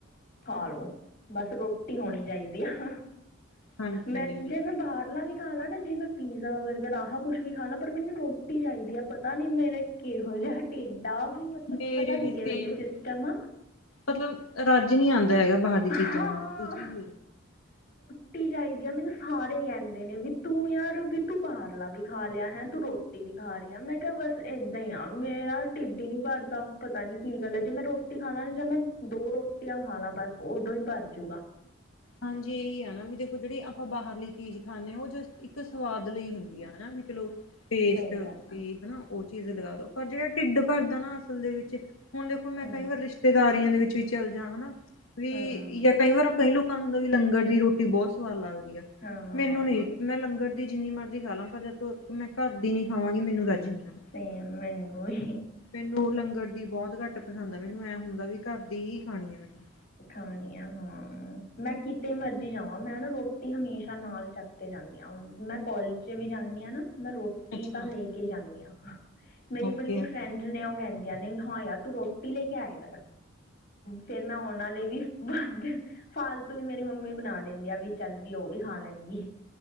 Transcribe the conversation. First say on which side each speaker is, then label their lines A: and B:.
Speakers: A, on the left (about 45°); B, on the left (about 80°).
A: ਖਾਲੋ, ਬਸ ਰੋਟੀ ਹੋਣੀ
B: ਹਾਂਜੀ-ਹਾਂਜੀ,
A: ਚਾਹੀਦੀ ਆ।
B: ਹਾਂਜੀ ਹਾਂਜੀ
A: ਮੈ
B: ਹਾਂਜੀ ਬਿਲਕੁਲ
A: ਜੇ ਮੈਂ ਬਾਹਰਲਾ ਵੀ ਖਾਲਾ ਨਾ ਜੇ, ਮੈਂ ਪੀਜ਼ਾ ਬਰਗਰ ਆਹ ਕੁਛ ਵੀ ਖਾ ਲਾ ਪਰ ਮੈਨੂੰ ਰੋਟੀ ਚਾਹੀਦੀ ਆ। ਪਤਾ ਨੀ ਮੇਰੇ ਕਿਹੋ ਜਿਹਾ ਢਿਡ ਆ ਵੀ ਮਤਲਬ,
B: ਮੇਰੇ
A: ਪਤਾ
B: ਵੀ
A: ਨੀ
B: ਸੇਮ-ਸੇਮ
A: ਕਿਹੋ ਜਿਹਾ ਸਿਸਟਮ ਆ।
B: ਮਤਲਬ ਰੱਜ ਨਹੀਂ ਆਉਂਦਾ ਹੈਗਾ। ਬਾਹਰ ਦੀ
A: ਹਾਂ
B: ਚੀਜ਼ਾਂ ਨਾਲ ਇਹ ਚੀਜ਼
A: ਰੋਟੀ ਚਾਹੀਦੀ ਆ। ਮੈਨੂੰ ਸਾਰੇ ਕਹਿੰਦੇ ਨੇ ਵੀ ਤੂੰ ਯਾਰ ਵੀ ਤੂੰ ਬਾਹਰਲਾ ਵੀ ਖਾ ਲਿਆ ਹੈ। ਤੂੰ ਰੋਟੀ ਰੋਟੀ ਵੀ ਖਾ ਰਹੀ ਹਾਂ। ਮੈਂ ਕਿਹਾ ਬਸ ਇਦਾਂ ਹੀ ਆ ਮੇਰਾ ਢਿੱਡ ਨੀ ਭਰਦਾ, ਪਤਾ ਨੀ ਕੀ ਗੱਲ ਹੈ‌। ਜੇ ਮੈਂ ਰੋਟੀ ਰੋਟੀ ਖਾ ਲਾ ਜਾਂ ਮੈਂ ਦੋ ਰੋਟੀਆਂ ਖਾ ਲਾ ਬਸ ਉਦੋਂ ਹੀ ਭਰਜੂ ਗਾ।
B: ਹਾਂਜੀ, ਇਹੀ ਹੈ ਨਾ ਵੀ ਦੇਖੋ ਜਿਹੜੀ ਆਪਾਂ ਬਾਹਰਲੀ ਚੀਜ਼ ਖਾਂਦੇ ਹਾਂ। ਉਹ ਇੱਕ ਸਵਾਦ ਲਈ ਹੁੰਦੀ ਆ। ਵੀ ਚਲੋ <unintelligible> ਪੇਸਟ
A: ਸਹੀ ਗੱਲ
B: ਵੀ
A: ਆ
B: ਹਨਾ। ਉਹ ਚੀਜ਼ ਲਗਾ ਦੋ ਪਰ ਜਿਹੜਾ ਢਿੱਡ ਭਰਦਾ ਨਾ ਅਸਲ ਦੇ ਵਿੱਚ ਹੁਣ, ਦੇਖੋ ਮੈਂ
A: ਹੂੰ
B: ਕਈ ਵਾਰ ਰਿਸ਼ਤੇਦਾਰੀਆਂ ਦੇ ਵਿੱਚ ਵੀ ਚੱਲ ਜਾਂਵਾਂ ਹਨਾ, ਵੀ
A: ਹੂੰ
B: ਜਾਂ ਕਈ ਵਾਰ ਕਈ ਲੋਕ ਮਤਲਬ, ਵੀ ਲੰਗਰ ਦੀ ਰੋਟੀ ਬਹੁਤ ਸਵਾਦ ਲੱਗਦੀ ਆ।
A: ਹਾਂ
B: ਮੈਨੂੰ ਨਹੀਂ ਮੈਂ ਲੰਗਰ ਦੀ ਜਿੰਨੀ ਮਰਜ਼ੀ ਖਾ ਲਾ, ਪਰ ਜਦੋਂ ਮੈਂ ਘਰ ਦੀ ਨੀ ਖਾਵਾਂਗੀ। ਮੈਨੂੰ ਰੱਜ ਨਹੀਂ ਆਣਾ।
A: ਸੇਮ, ਮੈਨੂੰ ਵੀ
B: ਮੈਨੂੰ ਲੰਗਰ ਦੀ ਬਹੁਤ ਘੱਟ ਪਸੰਦ ਆ। ਮੈਨੂੰ ਐਂ ਹੁੰਦਾ ਵੀ ਘਰ ਦੀ ਹੀ ਖਾਣੀ ਆ। ਮੈਨੂੰ
A: ਖਾਣੀ ਆ ਹਾਂ। ਮੈਂ ਕਿਤੇ ਮਰਜ਼ੀ ਜਾਂਵਾਂ, ਮੈਂ ਨਾ ਰੋਟੀ ਹਮੇਸ਼ਾ ਨਾਲ ਚੱਕ ਜਾਂਦੀ ਹਾਂ। ਮੈਂ ਕਾਲੇਜ ਚੱ ਵੀ ਜਾਂਦੀ ਹਾਂ। ਨਾ ਮੈਂ ਰੋਟੀ ਰੋਟੀ
B: ਅੱਛਾ।
A: ਤਾਂ ਲੈ ਕੇ ਜਾਂਦੀ ਹਾਂ। ਮੇਰੀ
B: ਓਕੇ
A: ਬਲਕਿ
B: ਓਕੇ।
A: ਫਰੈਂਡ ਨੇ ਉਹ ਕਹਿੰਦੀ। ਕਹਿੰਦੀ ਵੀ ਹਾਂ। ਯਾਰ ਤੂੰ ਰੋਟੀ ਲੈ ਕੇ ਆਏ ਕਰ, ਫਿਰ ਮੈਂ ਉਹਨਾਂ ਲਈ ਵੀ ਵੱਧ ਫਾਲਤੂ ਵੀ ਮੇਰੀ ਮੰਮੀ ਬਣਾ ਦਿੰਦੀ ਆ। ਵੀ ਚੱਲ ਵੀ ਉਹ ਵੀ ਖਾ ਲੈਣਗੀ।